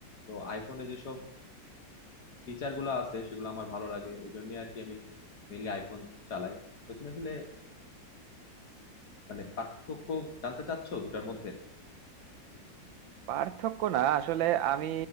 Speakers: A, on the left; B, on the right.
A: তো আইফোনে যেসব ফিচার গুলো আছে সেগুলো আমার ভালো লাগে এই জন্য আর কি আমি মেইনলি আইফোন চালাই তো তুমি আসলে মানে পার্থক্য জানতে চাচ্ছো দুটার মধ্যে
B: পার্থক্য না আসলে আমি